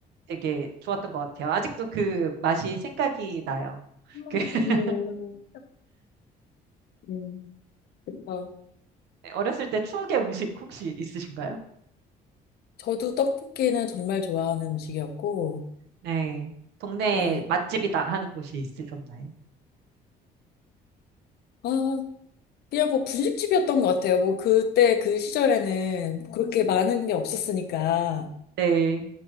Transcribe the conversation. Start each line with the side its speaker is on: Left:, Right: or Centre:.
Right: 되게 좋았던 것 같아요. 아직도 그 맛이 생각이 나요.
Left: 음,
Right: 그 <laughs>
Left: 음, 그쵸.
Right: 어렸을 때 추억의 음식 혹시 있으신가요?
Left: 저도 떡볶이는 정말 좋아하는 음식이었고,
Right: 네. 동네
Left: 네.
Right: 맛집이다 하는 곳이 있으셨나요?
Left: 아, 그냥 뭐 분식집이었던 것 같아요. 뭐 그때 그 시절에는 그렇게 많은 게 없었으니까.
Right: 네.